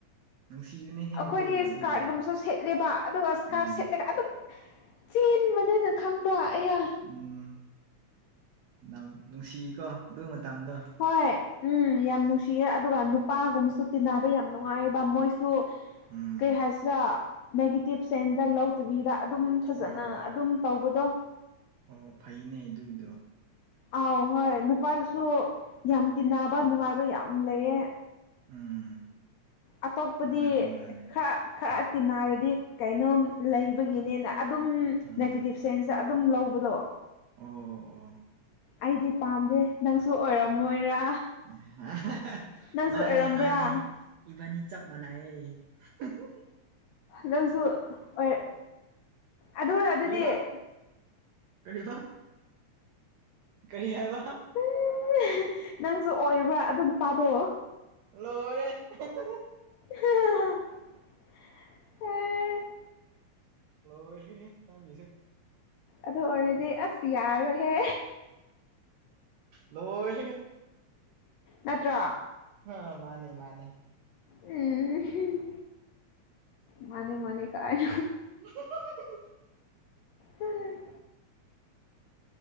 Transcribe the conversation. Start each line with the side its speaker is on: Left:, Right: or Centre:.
Right: ꯅꯨꯡꯁꯤꯕꯅꯦꯍꯦ
Left: ꯑꯈꯣꯏꯗꯤ
Right: ꯑꯗꯨ
Left: ꯏꯁꯀꯥꯔꯠꯒꯨꯝꯕꯁꯨ
Right: ꯑꯗꯨꯒꯤꯗꯣ
Left: ꯁꯦꯠ ꯂꯦꯕ ꯑꯗꯨꯒ ꯏꯁꯀꯥꯔ
Right: ꯎꯝ
Left: ꯁꯦꯠꯂꯒ ꯑꯗꯨꯝ ꯆꯦꯟꯕꯅꯦꯅ ꯈꯪꯕ ꯑꯌꯥ
Right: ꯎꯝ ꯅꯝ ꯅꯨꯡꯁꯤꯀꯣ ꯑꯗꯨ ꯃꯇꯝꯗꯣ
Left: ꯍꯣꯏ ꯎꯝ ꯌꯥꯝ ꯅꯨꯡꯁꯤꯌꯦ ꯑꯗꯨꯒ ꯅꯨꯄꯥꯒꯨꯝꯕꯁꯨ ꯇꯤꯟꯅꯕ ꯌꯥꯝ ꯅꯨꯡꯉꯥꯏꯕ ꯃꯣꯏ ꯁꯨ
Right: ꯎꯝ
Left: ꯀꯩ ꯍꯥꯏꯁꯤꯔꯥ ꯅꯦꯒꯦꯇꯤꯞ ꯁꯦꯟꯗ ꯂꯧ ꯇꯨꯕꯤꯗ ꯑꯗꯨꯝ ꯐꯖꯅ
Right: ꯑꯣ
Left: ꯑꯗꯨꯝ ꯇꯧꯕꯗꯣ
Right: ꯑꯣ ꯐꯩꯅꯦ ꯑꯗꯨꯒꯤꯗꯣ
Left: ꯑꯥꯎ ꯍꯣꯏ ꯅꯨꯄꯥꯗꯨꯁꯨ ꯌꯥꯝ ꯇꯤꯟꯅꯕ ꯅꯨꯡꯉꯥꯏꯕ ꯌꯥꯝ ꯂꯩꯌꯦ
Right: ꯎꯝ
Left: ꯑꯇꯣꯞꯄꯗꯤ
Right: ꯃꯥꯅꯦ ꯃꯥꯅꯦ
Left: ꯈꯔ ꯈꯔ ꯇꯤꯟꯅꯔꯗꯤ ꯀꯩꯅꯣꯝ ꯂꯩꯕꯒꯤꯅꯦꯅ ꯑꯗꯨꯝ
Right: ꯎꯝ
Left: ꯅꯦꯒꯦꯇꯤꯞꯁ ꯆꯦꯟꯁ ꯑꯗꯨꯝ ꯂꯧꯕꯗꯣ
Right: ꯑꯣ ꯑꯣ
Left: ꯑꯩꯗꯤ ꯄꯥꯝꯗꯦ ꯅꯪꯁꯨ ꯑꯣꯏꯔꯝꯃꯣꯏꯔꯥ
Right: ꯑꯍꯥ ꯍꯥ
Left: ꯅꯪꯁꯨ
Right: ꯃꯥꯅꯦ
Left: ꯑꯣꯏꯔꯝꯕ꯭ꯔꯥ
Right: ꯃꯥꯅꯦ ꯏꯕꯥꯅꯤ ꯆꯞ ꯃꯥꯟꯅꯩꯌꯦ ꯍꯨꯡ ꯍꯨꯡ
Left: ꯅꯪꯁꯨ ꯑꯣꯏꯔ ꯑꯗꯨꯔ ꯑꯗꯨꯗꯤ
Right: ꯀꯔꯤꯕ
Left: ꯍꯥ
Right: ꯀꯔꯤꯕ ꯀꯔꯤ ꯍꯥꯏꯕ ꯍꯥ
Left: ꯎꯝ ꯍꯥ ꯅꯪꯁꯨ ꯑꯣꯏꯕ꯭ꯔꯥ ꯑꯗꯨ ꯅꯨꯄꯥꯗꯨ
Right: ꯂꯣꯏꯔꯦ ꯑꯍꯤ ꯍ ꯍ
Left: ꯂꯧꯁꯤꯟꯕ ꯉꯝꯗꯕ
Right: ꯂꯣꯏꯔ ꯅꯪꯒꯤꯁꯦ
Left: ꯑꯗꯨ ꯑꯣꯏꯔꯗꯤ ꯑꯁ ꯌꯥꯔꯣꯏꯍꯦ
Right: ꯂꯣꯏ
Left: ꯅꯠꯇ꯭ꯔꯣ
Right: ꯑ ꯃꯥꯅꯦ ꯃꯥꯅꯦ
Left: ꯎ ꯃꯥꯅꯤ ꯃꯥꯅꯤ ꯀꯥꯏ
Right: ꯍꯑꯍꯥꯍꯥ <inaudible>
Left: ꯎꯝ